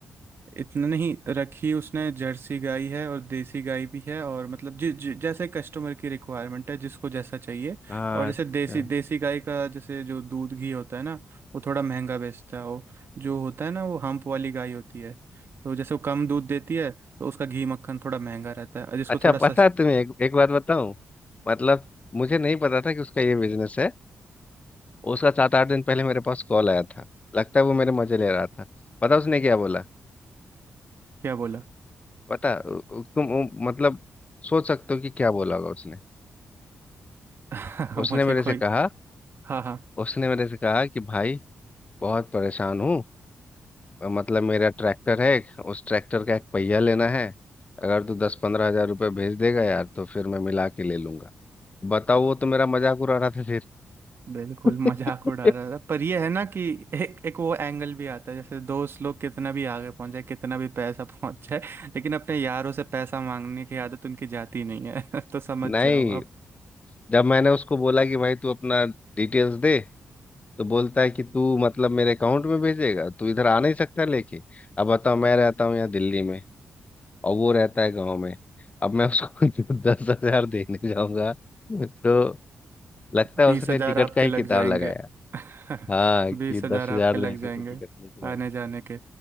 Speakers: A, on the right; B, on the left.
A: इतना नहीं रखी उसने जर्सी गाय है और देसी गाय भी है और मतलब जि, जि, जैसे कस्टमर की रिक्वायरमेंट है जिसको जैसा चाहिए
B: हाँ
A: और जैसे
B: अच्छा
A: देसी देसी गाय का जैसे जो दूध घी होता है ना वो थोड़ा महंगा बेचता है वो जो होता है ना वो हम्प वाली गाय होती है तो जैसे वो कम दूध देती है तो उसका घी मक्खन थोड़ा महंगा रहता है और जिसको
B: अच्छा
A: थोड़ा सस्ता
B: पता है तुम्हें एक, एक बात बताऊं मतलब मुझे नहीं पता था कि उसका ये बिजनेस है उसका सात आठ दिन पहले मेरे पास कॉल आया था लगता है वो मेरे मजे ले रहा था पता उसने क्या बोला
A: क्या बोला
B: पता उ- उ- तुम उ- मतलब सोच सकते हो कि क्या बोला होगा उसने
A: <laughs>
B: उसने
A: मुझे
B: मेरे
A: कोई
B: से कहा
A: हाँ हाँ
B: उसने मेरे से कहा कि भाई बहुत परेशान हूँ मतलब मेरा ट्रैक्टर है एक, उस ट्रैक्टर का एक पहिया लेना है अगर तू दस पंद्रह हजार रुपये भेज देगा यार तो फिर मैं मिला के ले लूंगा बताओ वो तो मेरा मजाक उड़ा रहा था फिर
A: बिल्कुल
B: <laughs>
A: मजाक उड़ा रहा था पर ये है ना कि एक एक वो एंगल भी आता है जैसे दोस्त लोग कितना भी आगे पहुंच जाए कितना भी पैसा <laughs> पहुंच जाए लेकिन अपने यारों से पैसा मांगने की आदत उनकी जाती नहीं है <laughs> तो समझ
B: नहीं
A: जाओ आप
B: जब मैंने उसको बोला कि भाई तू अपना डिटेल्स दे तो बोलता है कि तू मतलब मेरे अकाउंट में भेजेगा तू इधर आ नहीं सकता लेके अब बताओ मैं रहता हूँ यहाँ दिल्ली में और वो रहता है गाँव में अब मैं उसको <laughs> दस हजार देने जाऊंगा तो लगता है
A: बीस
B: उसने
A: हजार
B: टिकट
A: आपके
B: का ही
A: लग
B: किताब
A: जाएंगे
B: लगाया
A: <laughs>
B: हाँ कि
A: बीस
B: दस
A: हजार आपके
B: हजार
A: लग
B: देंगे
A: जाएंगे
B: तो टिकट लेके
A: आने
B: आ
A: जाने के